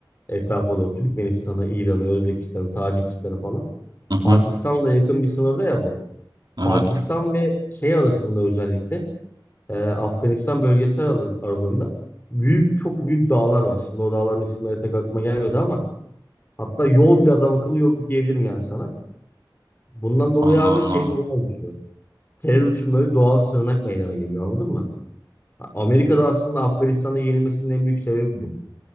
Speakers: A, on the left; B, on the right.
A: Etrafa doğru Türkmenistan'ı, İran'ı, Özbekistan'ı, Tacikistan'ı falan.
B: Hı
A: Pakistan'la
B: hı.
A: yakın bir sınırda ya bu.
B: Evet.
A: Pakistan ve şey arasında özellikle e, Afganistan bölgesi aralı- aralığında büyük çok büyük dağlar var. Şimdi o dağların isimleri pek aklıma gelmedi ama hatta yol bile adam akıllı yok diyebilirim yani sana. Bundan dolayı
B: Allah
A: abi
B: Allah.
A: şey durumu oluşuyor. Terör için böyle doğal sığınak meydana geliyor anladın mı? Amerika'da aslında Afganistan'da yenilmesinin en büyük sebebi bu.